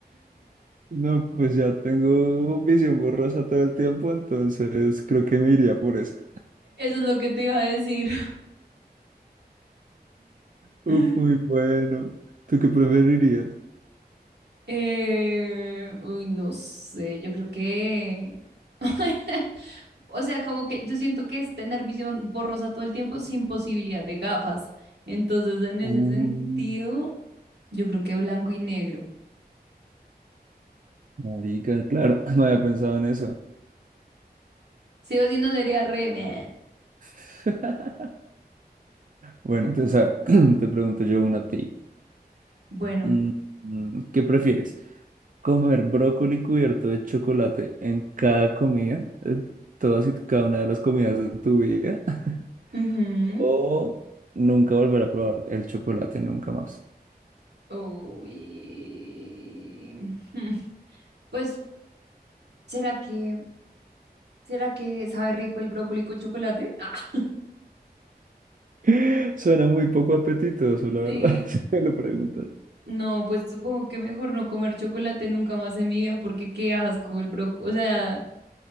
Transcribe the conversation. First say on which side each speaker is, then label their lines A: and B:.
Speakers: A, on the right; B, on the right.
A: No, pues ya tengo visión borrosa todo el tiempo, entonces creo que me iría por esa.
B: Eso es lo que te iba a decir.
A: Uf,
B: <laughs>
A: muy bueno. ¿Tú qué preferirías?
B: Eh, uy, no sé, yo creo que... <laughs> O sea, como que yo siento que es tener visión borrosa todo el tiempo sin posibilidad de gafas. Entonces, en ese
A: Uh,
B: sentido, yo creo que blanco y negro.
A: marica, claro, <laughs> no había pensado en eso.
B: Sí o sí no sería re... meh.
A: <laughs> Bueno, entonces, a ver, <clears throat> te pregunto yo una a ti.
B: Bueno.
A: Mm, mm, ¿Qué prefieres? Comer brócoli cubierto de chocolate en cada comida, en todas y cada una de las comidas de tu vida, <laughs>
B: Ujú.
A: o nunca volver a probar el chocolate nunca más.
B: Uy. <laughs> Hmm. Pues, ¿será que, será que sabe rico el brócoli con chocolate? <laughs> Ah,
A: <laughs> Suena muy poco apetitoso, la verdad,
B: sí.
A: <laughs> si me lo preguntas.
B: No, pues supongo que mejor no comer chocolate nunca más en mi vida, porque qué asco el brócoli. O sea,